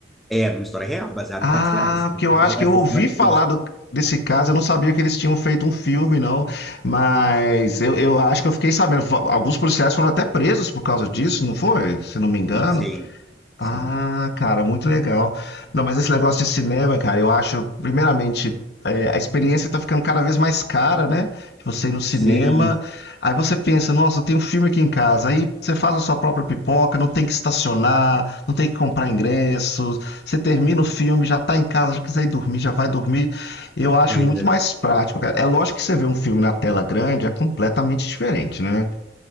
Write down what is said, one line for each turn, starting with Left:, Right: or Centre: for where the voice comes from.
Centre: É, uma história real, baseada
Left: Ah,
Centre: em fatos reais.
Left: porque eu acho
Centre: Essa
Left: que eu ouvi
Centre: senhora
Left: falar
Centre: existe.
Left: do- desse caso, eu não sabia que eles tinham feito um filme, não. Mas eu, eu acho que eu fiquei sabendo. Alguns policiais foram até presos por causa disso, não foi? Se não me engano.
Centre: Sim, sim.
Left: Ah,
Centre: Sim,
Left: cara, muito legal. Não, mas esse negócio de cinema, cara, eu acho, primeiramente, é, a experiência tá ficando cada vez mais cara, né? De você ir no cinema.
Centre: sim.
Left: Aí você pensa, nossa, tem um filme aqui em casa. Aí você faz a sua própria pipoca, não tem que estacionar, não tem que comprar ingressos. Você termina o filme, já tá em casa, já quiser ir dormir, já vai dormir. Eu acho
Centre: Pois
Left: muito
Centre: é.
Left: mais prático, cara. É lógico que você vê um filme na tela grande, é completamente diferente, né?